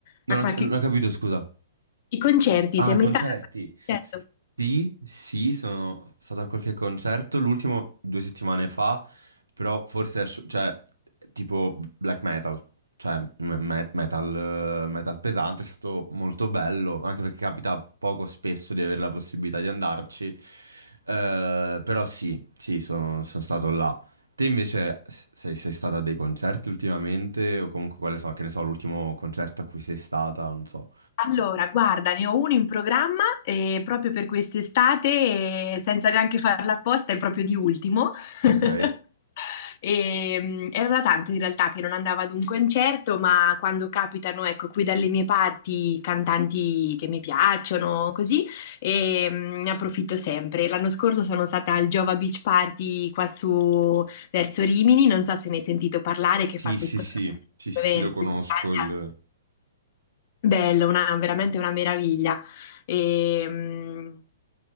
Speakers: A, on the left; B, on the right.
A: a
B: Non ho,
A: qualche...
B: non ho capito, scusa.
A: I concerti,
B: Ah,
A: sei mai
B: concerti.
A: stato a qualche concerto?
B: Sì, sì, sono stato a qualche concerto, l'ultimo due settimane fa, però forse, asci- cioè, tipo black metal, cioè m- me- metal, eh, metal pesante, è stato molto bello, anche perché capita poco spesso di avere la possibilità di andarci, Eh, però sì, sì, sono, sono stato là. Te invece s- sei, sei stata a dei concerti ultimamente, o comunque, quale so, che ne so, l'ultimo concerto a cui sei stata, non so.
A: Allora, guarda, ne ho uno in programma eh, proprio per quest'estate, eh, senza neanche farla apposta, è proprio di ultimo. <laughs>
B: Ok.
A: E, mm, era da tanto in realtà che non andavo ad un concerto, ma quando capitano, ecco, qui dalle mie parti cantanti che mi piacciono, così, e, mm, ne approfitto sempre. L'anno scorso sono stata al Giova Beach Party qua su verso Rimini, non so se ne hai sentito parlare,
B: Sì,
A: che fa questo
B: sì, sì, sì, sì,
A: evento.
B: sì, lo conosco,
A: in Spagna.
B: il...
A: Bello, una, veramente una meraviglia. E, mh,